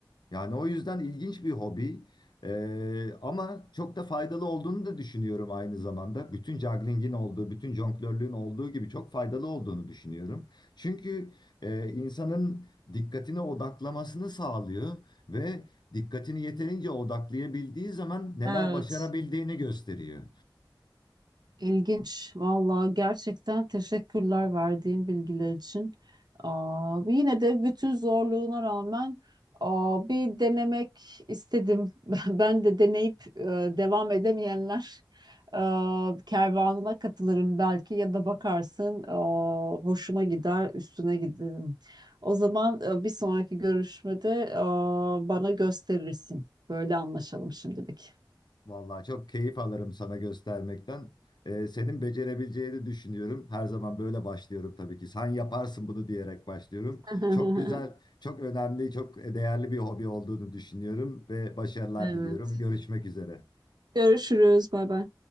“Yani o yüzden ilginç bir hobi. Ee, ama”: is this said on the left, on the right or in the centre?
Left